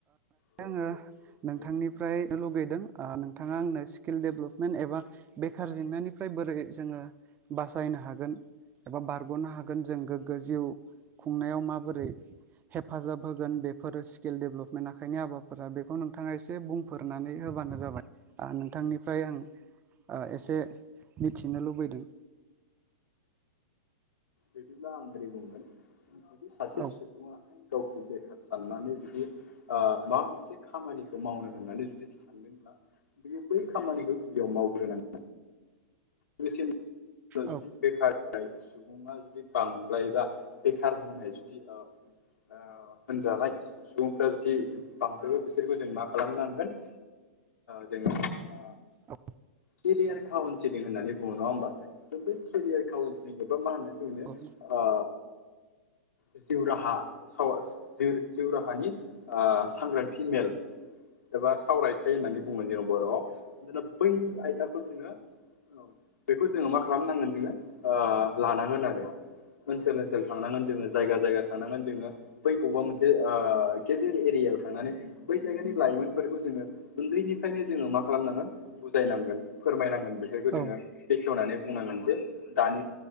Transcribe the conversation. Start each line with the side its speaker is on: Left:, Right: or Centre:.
Left: औ
Right: आङो
Left: नंगौ
Right: नोंथांनिफ्राय
Left: नंगौ नोंथां
Right: लुगैदों ओ नोंथाङा आंनो स्किल डेभेलपमेन्ट एबा बेखार जेंनानिफ्राय बोरै जोङो बासायनो हागोन एबा बारग'नो हागोन जों <unintelligible> <unintelligible> जिउ खुंनायाव माबोरै हेफाजाब होगोन बे <unintelligible> स्किल दडेभलपमेन्ट आखाइनि हाबाफोरा बेखौ नोंथाङा एसे बुंफोरनानै होबानो जाबाय। ओ नोंथांनिफ्राय आं ओ एसे
Left: औ दे
Right: मिथिनो लुबैदों।
Left: बिदिब्ला आं ओरै बुंगोन जुदि सासे
Right: औ
Left: <unintelligible> सुबुङाहाय गावखौ बेखार साननानै जुदि ओ माबा मोनसे खामानिखौ मावनो होननानै जुदि सानदों बेयो बै खामानिखौ गिबियाव मावग्रोनांगौ। लोगोसे जुदि
Right: औ
Left: बेखार सुबुङा जुदि बांद्रायोबा बेखार होननाय जुदि ओ ओ होनजानाय सुबुंफ्रा जुदि बांद्रायबा बिसोरखौ जों मा खालामनांगोन जोङो ओ
Right: औ
Left: केरियार काउन्सिलिं होननानै बुङो <unintelligible> बा मोनसे केरियार काउन्सिलिं एबा मा होनना बुंङो
Right: औ औ
Left: ओ जिउ राहा साव-जि- जिउ राहानि ओ सांग्रांथि मेल एबा सावराय आथाइ होननानै बुगोन जोङो बर'आव दोना बै आयथाखौ जोङो औ बेखौ जोङो मा खालामनांगोन जोङो ओ लानांगोन आरो। ओनसोल ओनसोल थांनांगोन जोङो जायगा जायगा थांनांगोन जोङो। बै बबेबा मोनसे ओ गेजेर एरियायाव थांनानै बै जायगानि लाइमोनफोरखौ जोङो उन्दैनिफ्रायनो जोङो मा खालामनांगोन बुजायनांगोन फोरमायनांगोन बेसोरखौ
Right: औ
Left: जोङो बेखेवनानै बुंनांगोन जे दानि